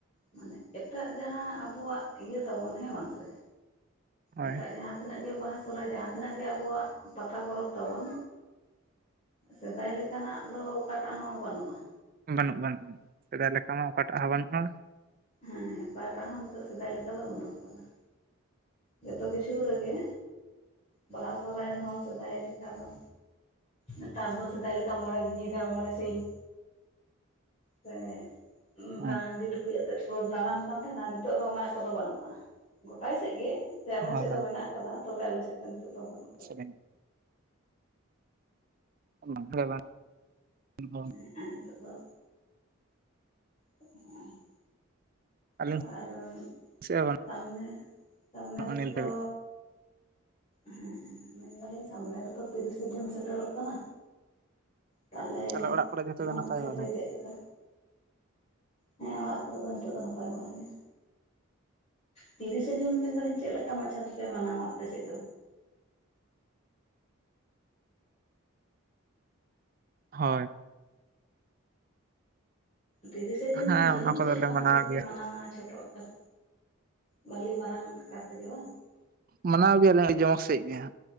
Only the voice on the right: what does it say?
ᱦᱳᱭ
ᱵᱟᱱᱩᱜ ᱵᱟᱱᱩᱜ ᱥᱮᱫᱟᱭ ᱞᱮᱠᱟ ᱢᱟ ᱚᱠᱟ ᱴᱟᱜ ᱦᱚᱸ ᱵᱟᱱᱩᱜ-ᱟ᱾
ᱦᱮᱸ
ᱦᱳᱭ
ᱥᱮ ᱵᱮᱱᱼᱼ ᱚᱱᱟ ᱫᱚᱭᱟ ᱵᱟᱝ, ᱩᱸ᱾
ᱟᱹᱞᱤᱧ
ᱥᱮᱫ ᱦᱚᱸ
ᱵᱟᱹᱱᱩᱜᱼᱟ
ᱱᱤᱛ ᱫᱷᱟᱹᱵᱤᱡ
ᱛᱟᱦᱚᱞᱮ ᱚᱲᱟᱜ ᱠᱚᱨᱮ ᱡᱚᱛᱚ
ᱜᱮ ᱱᱟᱯᱟᱭ
ᱵᱟᱲᱟ
ᱦᱳᱭ
ᱦᱮᱸ
ᱚᱱᱟ ᱠᱚᱫᱚᱞᱮ
ᱢᱟᱱᱟᱣ
ᱜᱮᱭᱟ
ᱢᱟᱱᱟᱣ ᱜᱮᱭᱟᱞᱮ ᱟᱹᱰᱤ ᱡᱚᱢᱚᱠ ᱥᱮᱫ ᱜᱮ ᱦᱟᱸᱜ